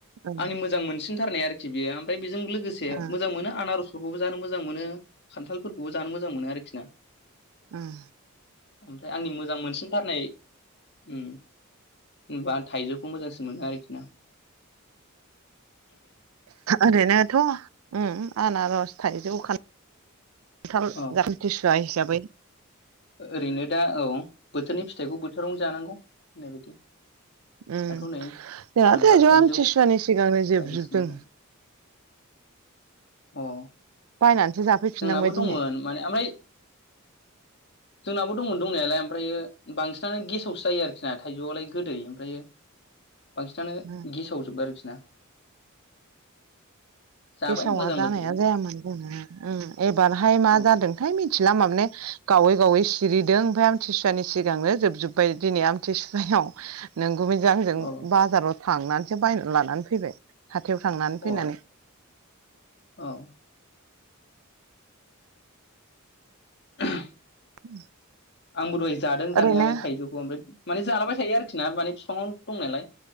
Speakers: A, on the right (about 80°); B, on the left (about 55°).
A: ओं
B: आंनि मोजां मोनसिनथारनाय आरोखि बेयो ओमफ्राय बेजों लोगोसे
A: ओं
B: मोजां मोनो आनारस फोरखौबो जानो मोजां मोनो खान्थालफोरखौबो जानो मोजां मोनो आरोखि ना।
A: उम
B: ओमफ्राय आंनि मोजां मोनसिनथारनाय उम होनबा थाइजौखौ मोजांसिन मोनो आरोखि ना।
A: ओरैनोथ' उम आनारस थाइजौ खान्थाल
B: औ
A: आमथिसुवा हिसाबै।
B: ओरैनो दा औ बोथोरनि फिथाइखौ बोथोरावनो जानांगौ होननाय बायदि।
A: उम
B: दाथ' नै
A: जोंहा
B: खान्थाल,
A: थाइजौआ
B: थाइजौ
A: आमथिसुवानि सिगांनो जोबजोबदों
B: बायदिसिना जायो। अ
A: बायनानैसो जाफैफिननांबाय
B: जोंनाबो दंमोन
A: दिनै
B: माने ओमफाय <inaudible> जोंनाबो दंमोन दंनायालाय ओमफ्रायो बांसिनानो गेसावसो जायो आरोखि ना थाइजौआलाय गोदै ओमफ्रायो बांसिनानो
A: उम
B: गेसावजोब आरोखि ना जाबाय
A: गेसावा
B: मोजां
A: जानाया
B: मोजां
A: जायामोन जोंना उम एबारहाय
B: औ
A: मा जादोंथाय मिथ थिला माबने गावै गावै सिरिदों ओमफाय आमथिसुवानि सिगांनो जोबजोब्बाय दिनै आमथिसुवाया <unintelligible> नों गुमैजों आंजों
B: औ
A: बाजाराव थांनानैसो बायनानै लानानै फैबाय हाथायाव थांनानै
B: औ
A: फैनानै
B: <inaudible> औ ओह
A: <inaudible>
B: आंबो दहाय जादों जानायालाय
A: ओरैनो
B: थाइजौखौ ओमफ्राय माने जालाबाय थायो आरोखि ना माने बिफांङावनो दंनायलाय